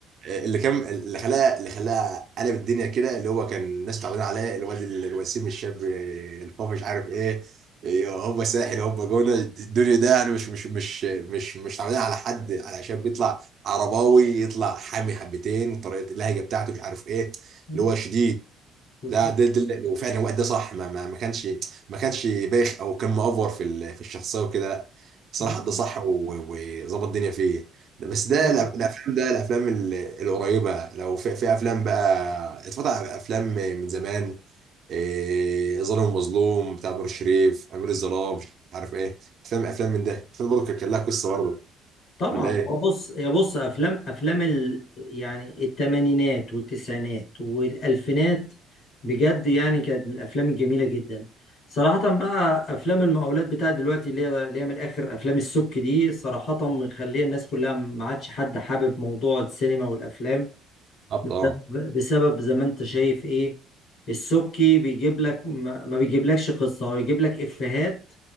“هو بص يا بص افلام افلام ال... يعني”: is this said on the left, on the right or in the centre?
Left